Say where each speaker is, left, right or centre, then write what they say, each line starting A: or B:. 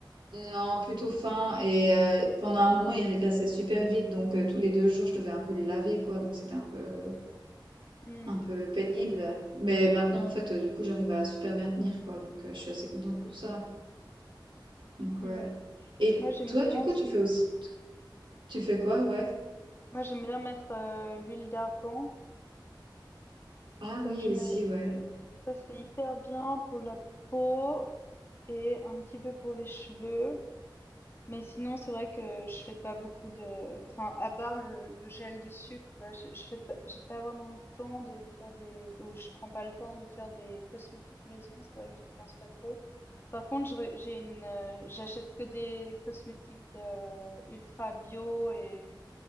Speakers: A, on the right (about 75°); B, on the left (about 30°).
A: Non, plutôt fin et euh, pendant un moment ils régressaient super vite donc euh, tous les deux jours je devais un peu les laver quoi donc c'était un peu
B: Mmh,
A: un peu pénible. Mais maintenant en fait euh, du coup j'arrive à super bien tenir quoi donc euh, je suis assez contente pour ça. Donc
B: mmh.
A: ouais. Et
B: Moi j'aime
A: toi
B: bien
A: du coup
B: aussi
A: tu fais
B: m-
A: aussi tu fais quoi ouais?
B: moi j'aime bien mettre euh, l'huile d'argan.
A: Ah
B: Ça
A: oui,
B: je
A: aussi,
B: mets
A: ouais.
B: ça c'est hyper bien pour la peau et un petit peu pour les cheveux. Mais sinon c'est vrai que je fais pas beaucoup de enfin à part le, le gel de sucre là je, je fais pas j'ai pas vraiment le temps de faire des ou je prends pas le temps de faire des cosmétiques maison, c'est vrai que j'y pense pas trop. Par contre, j'aurais- j'ai une euh, j'achète que des cosmétiques euh, ultra bio et